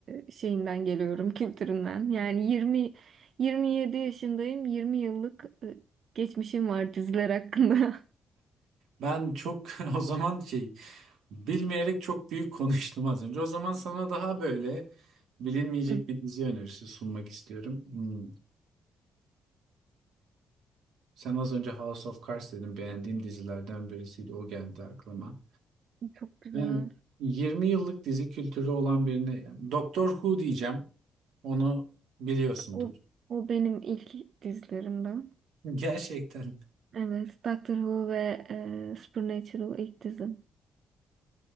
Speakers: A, on the right; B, on the right.
A: e, şeyinden geliyorum, <laughs> kültüründen. Yani 20 27 yaşındayım. 20 yıllık e, geçmişim var diziler hakkında. <laughs>
B: Ben çok <laughs> o zaman şey bilmeyerek çok büyük konuştum az önce. O zaman sana daha böyle bilinmeyecek
A: Hı,
B: bir dizi önerisi sunmak istiyorum. Hmm. Sen az önce House of Cards dedin. Beğendiğim dizilerden birisiydi. O geldi aklıma.
A: Çok güzel.
B: Yani 20 yıllık dizi kültürü olan birine yani Doctor Who diyeceğim. Onu biliyorsundur.
A: O o benim ilk dizilerimden.
B: <laughs> Gerçekten.
A: Evet, Doctor Who ve e, Supernatural ilk dizim.